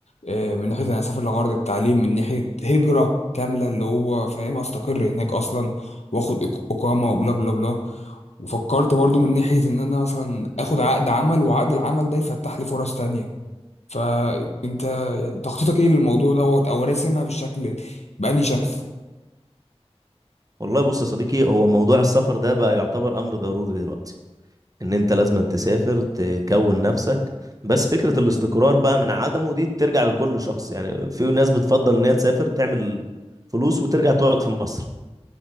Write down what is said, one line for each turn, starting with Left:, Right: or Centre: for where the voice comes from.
Left: آه، من ناحية انا هسافر لغرض التعليم من ناحية هجرة كاملة اللي هو فاهم استقر هناك اصلا واخد إق- اقامة وبلا بلا بلا وفكرت برضو من ناحية ان انا مثلا اخد عقد عمل وعقد العمل ده يفتح لي فرص تانية فانت يعني تخطيطك ايه للموضوع دوت او راسمها بالشكل بأني شكل
Right: والله بص يا صديقي هو موضوع السفر ده بقى يعتبر أمر ضروري دلوقتي إن أنت لازم تسافر تكون نفسك بس فكرة الاستقرار بقى من عدمه دي ترجع لكل شخص يعني في ناس بتفضل إن هي تسافر تعمل فلوس وترجع تقعد في مصر